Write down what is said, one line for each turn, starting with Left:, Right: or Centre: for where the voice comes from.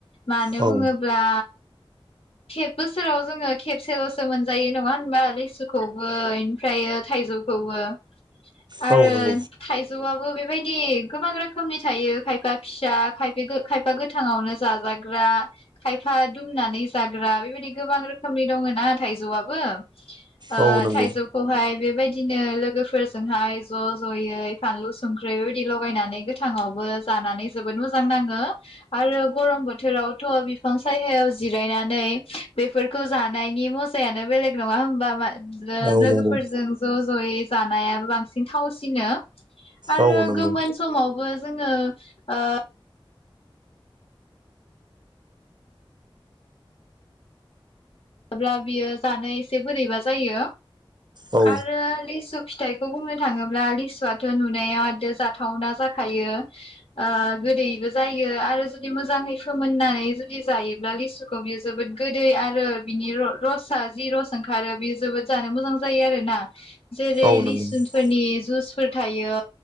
Left: मानो
Right: औ
Left: बुङोब्ला खेब बोसोराव जोङो खेबसेल'सो मोनजायो नङा होनबा? लिसुखौबो इमफ्रायो थाइ जौखौबो आरो
Right: औ नंगौ
Left: थाइ जौवाबो बेबायदि गोबां रोखोमनि थायो खायफा फिसा खायफा गो खायफा गोथाङावनो जाजा जाग्रा खायफा दुमनानै जाग्रा बेबायदि गोबां रोखोमनि दङ ना थायजौवाबो ओ
Right: औ नंगौ
Left: थाइजौखौहाय बेबायदिनो लोगोफोरजोंहाय ज' ज'यै फानलु संख्रि बेबायदि लगायनानै गोथांङावबो जानानै जोबोद मोजां नांङो आरो गरम बोथोरावथ' बिफां सायहायाव जिरायनानै बेफोरखौ जानायनि मजायानो बेलेग नंङा होमबा? बा ओ
Right: औ
Left: लोगोफोरजों
Right: नंगौ
Left: ज' ज'यै जानायाबो बांसिन थावसिनो आरो
Right: औ नंगौ
Left: गोमोन समावबो जोंङो ओ ब्ला बियो जानो एसे बोरैबा जायो
Right: औ
Left: आरो लिसु फिथाइखौ बुंनो थांङोब्ला लिसुआथ' नुनायाव एद' जाथावना जाखायो ओ गोदैबो जायो आरो जुदि मोजांङै फोमोननानै जुदि जायोब्ला लिसुखौ बियो जोबोद गोदै आरो। बिनि र-रसा जि रस ओंखारो बेयो जोबोद जानो मोजां जायो आरो ना। जेरै
Right: औ
Left: लिसु
Right: नंगौ
Left: फोरनि जुइसफोर थायो